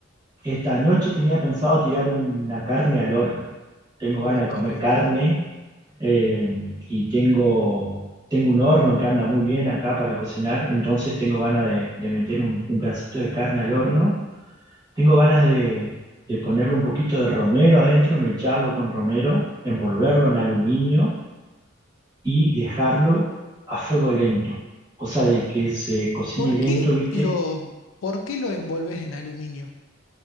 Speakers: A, on the right; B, on the left.
A: esta noche tenía pensado tirar una carne al horno. Tengo
B: Uh,
A: ganas de
B: qué
A: comer
B: rico.
A: carne eh, y tengo, tengo un horno que anda muy bien acá para cocinar, entonces tengo ganas de, de meter un, un pedacito de carne al horno. Tengo ganas de, de ponerle un poquito de romero adentro, mecharlo con romero, envolverlo en aluminio y dejarlo a fuego lento, cosa de que se cocine
B: ¿Por
A: lento,
B: qué
A: ¿viste?
B: lo, por qué lo envolves en aluminio?